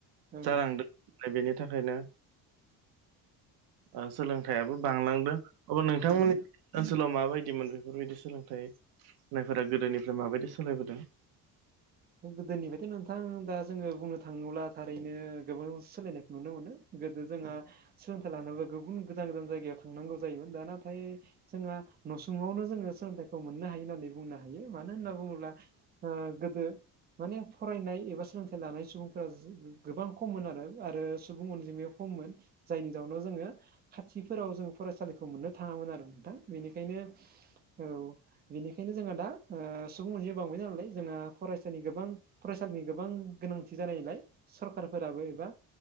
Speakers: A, on the right; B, on the right.
A: औ
B: जालांदों बेनि थाखायनो ओ सोलोंथाइयाबो बांलांदों अब्ला नोंथांमोननि
A: नोंथां
B: ओनसोलाव माबायदिमोन बेफोरबायदि सोलोंथाइ होननायफोरा गोदोनिफ्राय माबायदि सोलायबोदों?
A: गोदोनिफ्रायथ' नोंथां दा जोंङो बुंनो थांङोब्ला थारैनो गोबां सोलायनायखौ नुनो मोनो। गोदो जोंहा
B: औ
A: सोलोंथाइ लानोबो गुबुन गोजान गोजान जायगायाव थांनांगौ जायोमोन दा नाथाय जोंहा नसुंवानो जोंङो सोलोंथाइखौ मोननो हायो होननानै बुंनो हायो मानो होनना बुंङोब्ला ओ गोदो माने फरायनाय एबा सोलोंथाइ लानाय सुबुंफोरा जो गोबां खममोन आरो आरो सुबुं अनजिमाया खममोन जायनि जाउनाव जोंङो खाथिफोराव जों फरायसालिखौ मोननो थांङामोन आरो नोंथां बेनिखायनो औ बेनिखायनो जोंयो दा सुबुं अनजिमाया बांबाय नालाय जोंहा फरायसा नि गोबां फरायसालिनि गोबां गोनांथि जानायलाय सरखारारफोराबो एबा